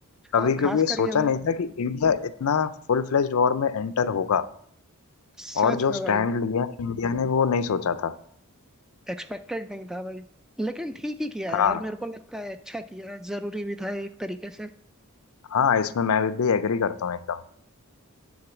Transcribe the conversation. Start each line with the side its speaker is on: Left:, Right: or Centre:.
Left: कभी
Centre: और
Left: क्योंकि
Centre: खास
Left: ये
Centre: कर
Left: सोचा
Centre: ये भाई
Left: नहीं था कि इंडिया इतना फुल फ्लेज्ड वॉर में एंटर होगा
Centre: सच
Left: और जो
Centre: में
Left: स्टैंड
Centre: भाई
Left: लिया इंडिया ने वो नहीं सोचा था
Centre: एक्सपेक्टेड नहीं था भाई लेकिन ठीक ही किया
Left: हाँ
Centre: है यार मेरे को लगता है अच्छा किया है जरूरी भी था एक तरीके से
Left: हाँ इसमें मैं भी एग्री करता हूँ एकदम